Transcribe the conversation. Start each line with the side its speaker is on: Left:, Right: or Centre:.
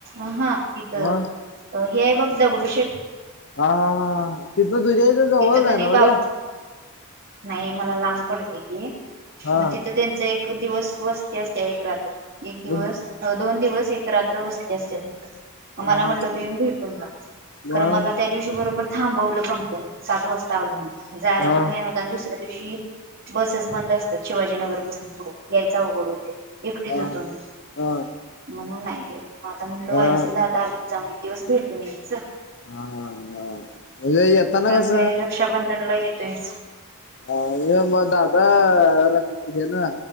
Right: अहा इथं
Left: वा
Right: अ हे हाय बघ दगडूशेठ,
Left: हा तिथनं तुझ्या हिथ जवळ
Right: तिथं कणी
Left: आहे नव
Right: बाप
Left: ते?
Right: नाही मला लांब पडतय ते
Left: हा
Right: मग तिथं त्यांच एक दिवस वस्ती असत्या एक रात्र एक दिवस
Left: मग
Right: अ दोन दिवस एक रात्र वस्ती असत्या तिथ.
Left: हा
Right: मला म्हटलं त येऊन भेटून जा
Left: मग
Right: कारण मला त्या दिवशी बरोबर थांबवलं कंपनी, सात वाजता आलो जायला
Left: हा
Right: पण वेळ न व्हता. आणि दुसऱ्या दिवशी बसेस बंद असतात शिवाजीनगर पासून पुढे यायच अवघड होतय. एकटीच
Left: हा
Right: होतो मी
Left: हा
Right: म्हणून नाही गेलो मग आता म्हणलं
Left: बर
Right: वारीसन दादा आली की जाऊन एक दिवस भेटून यायचं.
Left: हा हा हा म्हणजे येताना कास
Right: काय रक्षाबंधनला येतोयच.
Left: अ मग दादा हे न